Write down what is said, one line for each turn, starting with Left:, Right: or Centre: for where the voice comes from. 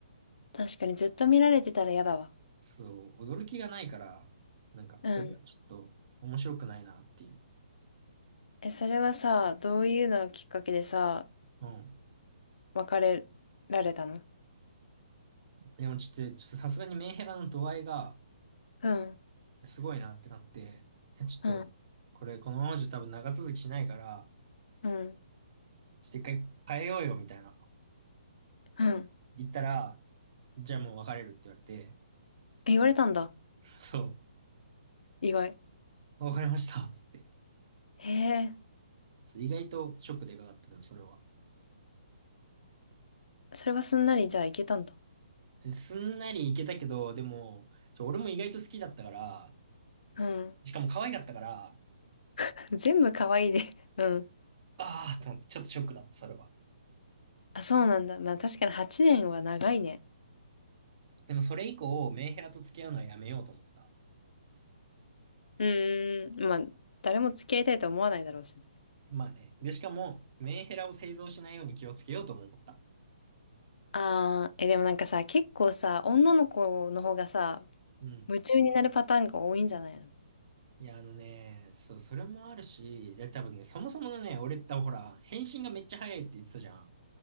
Left: 確かにずっと見られてたら嫌だわ。
Right: そう、驚きがないから、なんか、
Left: うん。
Right: それがちょっと面白くないなっていう。
Left: え、それはさ、どういうのがきっかけでさ、
Right: うん。
Left: 別れられたの
Right: でもちょっと、ちょっとさすがにメンヘラの度合いが
Left: うん、
Right: すごいなってなって、えちょっと、
Left: うん、
Right: これこのままじゃ多分長続きしないから、
Left: うん、
Right: ちょっと一回変えようよみたいな。
Left: うん。
Right: 言ったら、じゃあもう別れるって言われて、
Left: え、言われたんだ。
Right: そう。
Left: 意外。
Right: あ、わかりましたっつって。
Left: へえ。
Right: そう意外とショックでかかった、でもそれは。
Left: それはすんなりじゃあいけたんだ。
Right: すんなりいけたけど、でも、ちょ俺も意外と好きだったから、
Left: うん。
Right: しかも可愛かったから、
Left: <laughs> 全部可愛いで。うん。
Right: ああ、と思って、ちょっとショックだった、それは。
Left: あ、そうなんだ。まあ確かに8年は長いね。
Right: でもそれ以降、メンヘラと付き合うのはやめようと思った。
Left: うーん。まあ、誰も付き合いたいと思わないだろうしね。
Right: まあね。で、しかも、メンヘラを製造しないように気をつけようとも思った。
Left: あー、え、でもなんかさ、結構さ、女の子の方がさ、
Right: うん。
Left: 夢中になるパターンが多いんじゃないの
Right: いや、あのね、そう、それもあるし、で、多分ね、そもそものね、俺ってほら、返信がめっちゃ早いって言ってたじゃん。